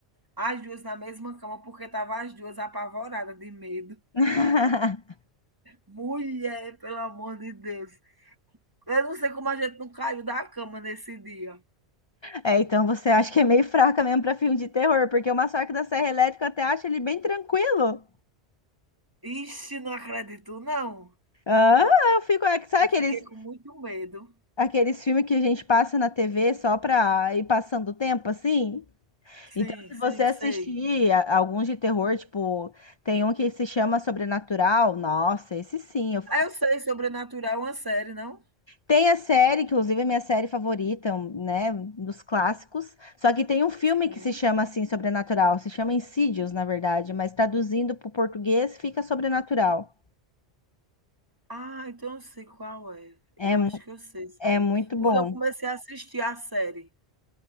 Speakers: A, on the right; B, on the left.
A: As duas na mesma cama, porque tava as duas apavoradas de medo.
B: <laughs>
A: Mulher, pelo amor de Deus. Eu não sei como a gente não caiu da cama nesse dia.
B: É, então você acha que é meio fraca mesmo pra filme de terror, porque o Massacre da Serra Elétrica eu até acho ele bem tranquilo.
A: Ixi, não acredito, não.
B: Ah, eu fico. é que- Sabe
A: Eu
B: aqueles,
A: fiquei com muito medo.
B: aqueles filmes que a gente passa na TV só pra ir passando o tempo assim?
A: Sim,
B: Então, se
A: sim,
B: você assistir
A: sei.
B: a- alguns de terror, tipo, tem um que se chama Sobrenatural, nossa, esse sim, eu
A: Ah, eu sei, Sobrenatural é uma série, não?
B: Tem a série, que inclusive é minha série favorita, um, né, dos clássicos. Só que tem um filme
A: Sim.
B: que se chama assim, Sobrenatural. Se chama Insidious, na verdade, mas traduzindo para o português fica Sobrenatural.
A: Ah, então eu sei qual é.
B: É,
A: Eu
B: mu-
A: acho que eu sei isso
B: é
A: aí.
B: muito
A: Porque
B: bom.
A: eu comecei a assistir a série,